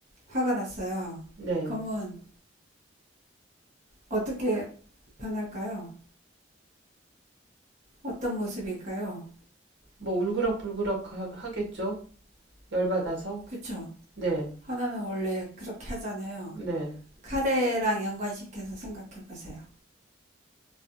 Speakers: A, on the right (about 40°); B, on the right (about 65°).
A: 화가 났어요.
B: 네.
A: 그러면 어떻게 변할까요? 어떤 모습일까요?
B: 뭐 울그락불그락 하, 하겠죠? 열받아서.
A: 그쵸?
B: 네.
A: 하나는 원래 그렇게 하잖아요.
B: 네.
A: 카레랑 연관시켜서 생각해 보세요.